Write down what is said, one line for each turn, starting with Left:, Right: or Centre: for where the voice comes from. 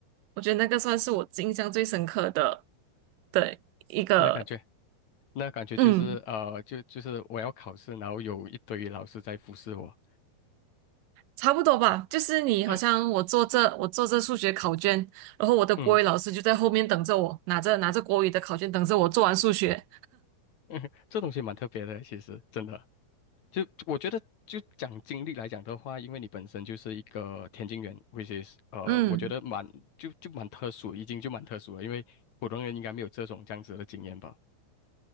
Right: 我觉得那个算是我印象最深刻的的一个，
Left: 那感觉。那感觉就是呃，
Right: 嗯。
Left: 就就是我要考试，然后有一堆老师在服侍我。
Right: 差不多吧，就是你好像我做这我做这数学考卷，
Left: <laughs>
Right: 然后我的国语老师就在后面等着我，
Left: 嗯。
Right: 拿着拿着国语的考卷等着我做完数学。
Left: <laughs> 嗯，这东西蛮特别的，其实真的，就我觉得，就讲经历来讲的话，因为你本身就是一个田径员，which is 呃，
Right: 嗯
Left: 我觉得蛮就就蛮特殊，已经就蛮特殊了，因为普通人应该没有这种这样子的经验吧。